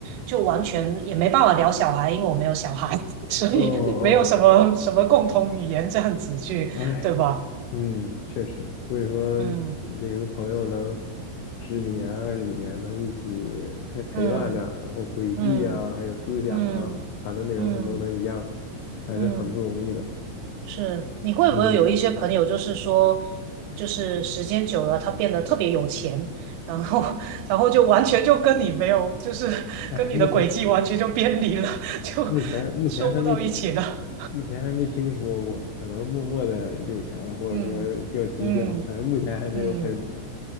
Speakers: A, on the right; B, on the left.
A: 就完全也没办法聊小孩，因为我没有小孩，<laughs> 所以没有什么什么共同语言这样子去，
B: 嗯嗯哎，
A: 对吧？
B: 嗯，确实，所以说有个朋友能
A: 嗯
B: 十几年、二十几年能一起还陪伴着，
A: 嗯
B: 然后轨迹啊，
A: 嗯
B: 还有思想啊，
A: 嗯嗯
B: 谈的内容很多能一样，
A: 嗯嗯。嗯嗯
B: 还是很不容易的。
A: 嗯是，你会不会有一些朋友，
B: 嗯，
A: 就是说，就是时间久了，他变得特别有钱，然后，<laughs> 然后就完全就跟你没有，就是跟你的轨迹完全就偏离了，
B: 哎，目前
A: <laughs> 就
B: 目前目前还没听，
A: 说不到一起了。
B: 目前还没听说过，可能默默的有钱了，或者说比较低调，
A: 嗯嗯
B: 反正目前还没有很
A: 嗯，